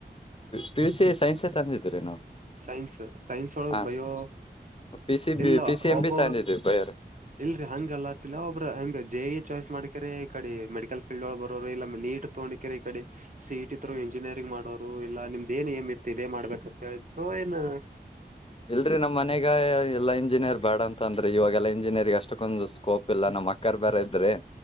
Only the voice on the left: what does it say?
P U C science ತಂದಿದೀ್ರೀ ನಾವು
ಹಾ
ಪಿ ಸಿ
ಬಿ ಪಿ ಸಿ ಎಂ
ಬಿ ತಂದಿದ್ವಿ ಬಯರ್
ಇಲ್ರರಿ ನಮ್ ಮನೆಗ ಎಲ್ಲಾ ಇಂಜಿನಿಯರ್ ಬೇಡ ಅಂತ ಅಂದ್ರಿ ಇವಾಗೆಲ್ಲಾ ಇಂಜ ಇಂಜಿನಿಯ ಅಷ್ಟಕ್ಕೊಂದು ಸ್ಕೋಪ್ ಇಲ್ಲ ನಮ್ಮ ಅಕ್ಕರ್ ಬರ ಇದ್ರೆ